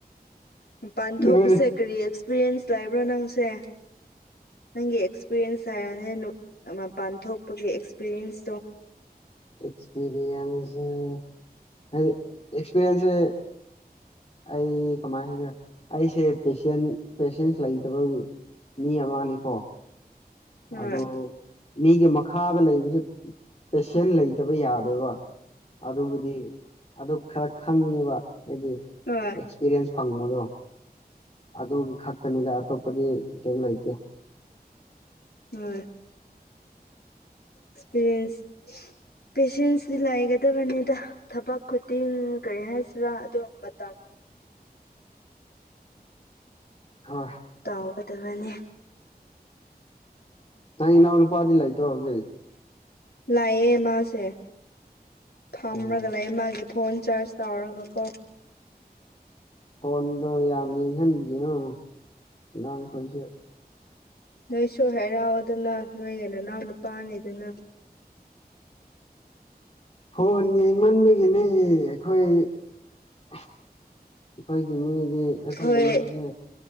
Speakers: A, on the left; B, on the left.
A: ꯃꯄꯥꯟ ꯊꯣꯛꯄꯁꯦ
B: ꯂꯣꯏꯔꯦ
A: ꯀꯔꯤ ꯑꯦꯛꯁꯄꯤꯔꯤꯌꯦꯟꯁ ꯂꯩꯕ꯭ꯔꯥ ꯅꯪꯁꯦ ꯅꯪꯒꯤ ꯑꯦꯛꯁꯄꯤꯔꯤꯌꯦꯟꯁ ꯍꯥꯏꯌꯣꯅꯦ ꯅꯨꯞ ꯃꯄꯥꯟ ꯊꯣꯛꯄꯒꯤ ꯑꯦꯛꯁꯄꯤꯔꯤꯌꯦꯟꯁꯇꯣ
B: ꯑꯦꯁꯄꯤꯔꯤꯌꯦꯟꯁꯦ ꯍꯥꯏꯗꯤ ꯑꯦꯁꯄꯤꯔꯤꯌꯦꯟꯁꯦ ꯑꯩ ꯀꯃꯥꯏꯅ ꯍꯥꯏꯁꯤꯔꯥ ꯑꯩꯁꯦ ꯄꯦꯁꯦꯟ ꯄꯦꯁꯦꯟꯁ ꯂꯩꯇꯕꯒꯤ ꯃꯤ ꯑꯃꯅꯤꯀꯣ
A: ꯍꯣꯏ
B: ꯑꯗꯨ ꯃꯤꯒꯤ ꯃꯈꯥꯗ ꯂꯩꯕꯁꯦ ꯄꯦꯁꯦꯟ ꯂꯩꯇꯕ ꯌꯥꯗꯦꯕ ꯑꯗꯨꯕꯨꯗꯤ ꯑꯗꯨ ꯈꯔ ꯈꯪꯉꯦꯕ ꯍꯥꯏꯗꯤ
A: ꯍꯣꯏ
B: ꯑꯦꯛꯁꯄꯤꯔꯤꯌꯦꯟꯁ ꯐꯪꯕꯗꯣ ꯑꯗꯨꯒꯤ ꯈꯛ ꯇꯅꯤꯗ ꯑꯇꯣꯞꯄꯗꯤ ꯀꯩꯝ ꯂꯩꯇꯦ
A: <unintelligible> ꯑꯦꯛꯁꯄꯤꯔꯤꯌꯦꯟꯁ ꯄꯦꯁꯦꯟꯁꯇꯤ ꯂꯩꯒꯗꯕꯅꯤꯗ ꯊꯕꯛ ꯈꯨꯗꯤꯡ ꯀꯔꯤ ꯍꯥꯏꯁꯤꯔꯥ ꯑꯗꯣ ꯃꯇꯝ
B: ꯍꯣꯏ
A: ꯇꯥꯎꯒꯗꯕꯅꯤ
B: ꯅꯪ ꯏꯅꯥꯎ ꯅꯨꯄꯥꯗꯤ ꯂꯩꯇ꯭ꯔꯣ ꯍꯧꯖꯤꯛ
A: ꯂꯩꯌꯦ ꯃꯥꯁꯦ ꯐꯝꯔꯒ
B: ꯎꯝ
A: ꯂꯩꯌꯦ ꯃꯥꯒꯤ ꯐꯣꯟ ꯆꯥꯔꯖ ꯇꯧꯔꯒ ꯀꯣ
B: ꯐꯣꯟꯗꯣ ꯌꯥꯝ ꯌꯦꯡꯁꯟꯕꯤꯒꯅꯣ ꯑꯉꯥꯡꯈꯣꯏꯁꯦ
A: ꯅꯣꯏꯁꯨ ꯍꯥꯏꯔꯥꯎꯑꯣꯗꯅ ꯅꯣꯏꯒꯤ ꯅꯅꯥꯎ ꯅꯨꯄꯥꯅꯤꯗꯅ
B: ꯐꯣꯟ ꯌꯦꯡꯃꯟꯕꯒꯤꯅꯦ ꯑꯩꯈꯣꯏ ꯑꯩꯈꯣꯏꯒꯤ ꯃꯤꯗꯤ ꯑꯩꯈꯣꯏꯒꯤ
A: ꯍꯣꯏ
B: ꯃꯤꯖꯦ